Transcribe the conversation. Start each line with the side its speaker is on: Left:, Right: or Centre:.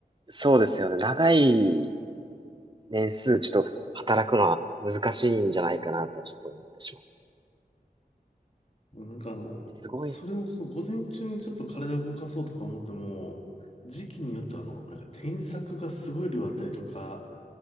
Right: う、そうですよね。長い年数、ちょっと働くのは難しいんじゃないかなと、ちょっと思ってしまう。
Left: <laughs> もうなんかあの、
Right: すごい。
Left: それもその午前中にちょっと体を動かそうとか思っても、時期によってはあの、なんか添削がすごい量あったりとか、